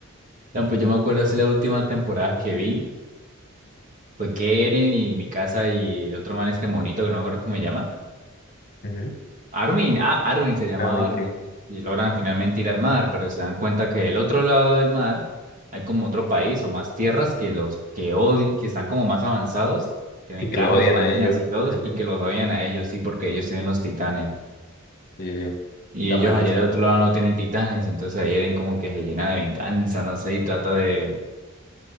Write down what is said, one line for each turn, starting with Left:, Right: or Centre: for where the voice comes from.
Right: No, pues yo me acuerdo así las últimas temporadas que vi. Fue eren y mi casa y el otro man este monito que no me acuerdo cómo se llama.
Left: Ujú,
Right: Armin, ah, Armin se llamaba
Left: Armin,
Right: Armin,
Left: sí.
Right: y logran finalmente ir al mar, pero se dan cuenta que del otro lado del mar hay como otro país o más tierras que los que odi- que están como más avanzados, tienen
Left: Y que
Right: carros,
Left: los odian
Right: máquinas
Left: a ellos.
Right: y todos,
Left: Ujú.
Right: y que los odian a ellos, sí, porque ellos tienen los titanes.
Left: Sí,
Right: Y
Left: la
Right: ellos
Left: maldición.
Right: allá del otro lado no tienen titanes, entonces ahí Eren como que se llena de venganza, no sé, y trata de,